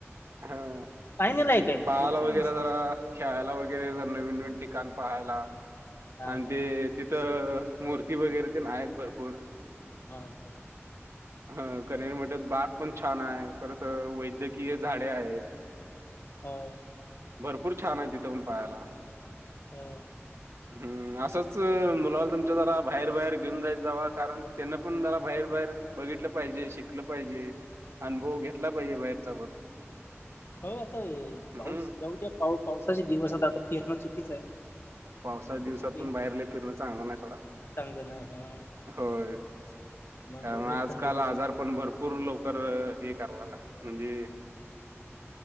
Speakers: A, on the right; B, on the left.
A: हां.
B: पहायला नाही काय
A: बाळाला
B: देखावां
A: वगैरे
B: मस्त
A: जरा
B: आहे.
A: खेळायला वगैरे ज नवीन नवीन ठिकाण पाहायला
B: हा
A: अन्
B: हा
A: ते तिथं मूर्ती वगैरे ते आहेत भरपूर.
B: हा हा!
A: ह कनेरी मठात बाग पण छान आहे परत वैद्य कीय झाडे आहेत,
B: हो
A: भरपूर छान आहेत तिथे पण पाहायला.
B: हो!
A: हम्म असंच मुलाला तुमच्या जरा बाहेर बाहेर घेऊन जाय जात जावा कारण त्यांना पण जरा बाहेर बाहेर बघितलं पाहिजे शिकलं पाहिजे अनुभव घेतला पाहिजे बाहेरचा पण.
B: हो आता पाऊस
A: हम्म
B: जाऊ द्या पा पावसाचे दिवस आता आता फिरणं चुकीच आहे.
A: पावसाचा
B: नंतर
A: दिवसात
B: बघूया
A: पण बाहेर लय फिरणं चांगलं नाही सोडा.
B: चांगलं नाही हा
A: होय!
B: मग
A: कारण
B: बघूया
A: आजकाल
B: थंडीच्या
A: आजारपण
B: दिवसात
A: भरपूर लवकर हे करलेला म्हणजे